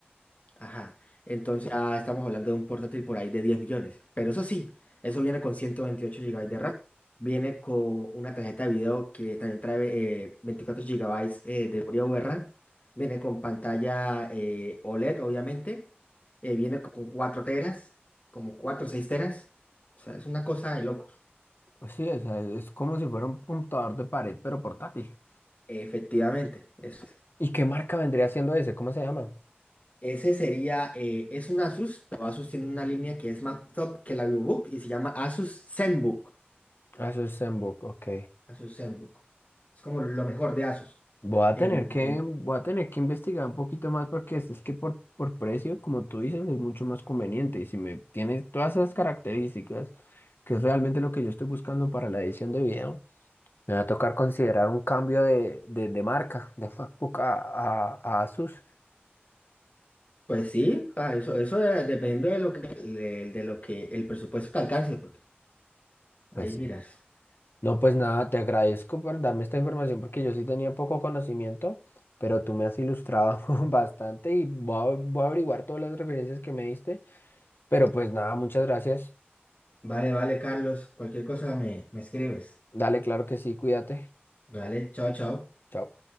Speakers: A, on the left; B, on the left.
A: Ajá. Entonces, ah, estamos hablando de un portátil por ahí de 10 millones. Pero eso sí, eso viene con 128 gigabytes de RAM. Viene con una tarjeta de video que también trae eh, 24 GB eh, de memoria V RAM, Viene con pantalla eh, OLED, obviamente. Eh, viene con 4 teras, como 4 o 6 teras. O sea, es una cosa de locos.
B: Pues Sí, o sea, es como si fuera un computador de pared, pero portátil.
A: Efectivamente, eso. es.
B: ¿Y qué marca vendría siendo ese? ¿Cómo se llama?
A: Ese sería, eh, es un Asus, pero Asus tiene una línea que es más top que la VivoBook y se llama Asus ZenBook.
B: Ah, Eso es Zenbook, ok.
A: Asus ZenBook. Es como lo mejor de Asus.
B: Voy a
A: En,
B: tener que,
A: en es-
B: voy a tener que investigar un poquito más porque es, es que por, por precio, como tú dices, es mucho más conveniente. Y si me tienes todas esas características, que es realmente lo que yo estoy buscando para la edición de video, me va a tocar considerar un cambio de, de, de marca, de MacBook a, a, a Asus.
A: pues sí, ah, eso, eso de- dependiendo de lo que, de, de lo que el presupuesto te alcance, porque ahí
B: Pues sí.
A: miras.
B: No, pues nada, te agradezco por darme esta información porque yo sí tenía poco conocimiento, pero tú me has ilustrado <laughs> bastante y voy a, voy a averiguar todas las referencias que me diste. Pero pues nada, muchas gracias.
A: Vale, vale, Carlos, cualquier cosa me, me escribes.
B: Dale, claro que sí, cuídate.
A: Vale, chao, chao.
B: Chao.